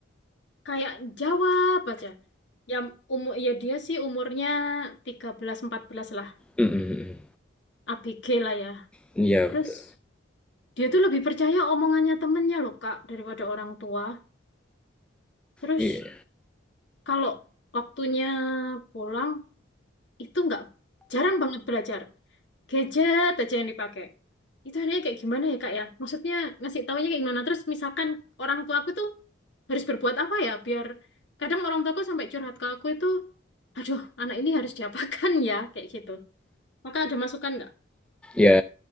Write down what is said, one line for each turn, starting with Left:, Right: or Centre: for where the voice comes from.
Left: kayak jawab aja. Yang umur ya dia sih umurnya 13-14 lah,
Centre: Mm-mm.
Left: ABG lah ya.
Centre: Iya,
Left: Terus
Centre: betul.
Left: Dia tuh lebih percaya omongannya temennya loh, Kak, daripada orang tua. Terus
Centre: Iya.
Left: kalau waktunya pulang, itu nggak jarang banget belajar. Gadget aja yang dipakai. Itu anehnya kayak gimana ya, Kak ya? Maksudnya ngasih taunya kayak gimana? Terus misalkan orang tua aku tuh harus berbuat apa ya biar kadang orang tuaku sampai curhat ke aku itu, aduh, anak ini harus diapakan ya kayak gitu. Maka ada masukan nggak?
Centre: Ya,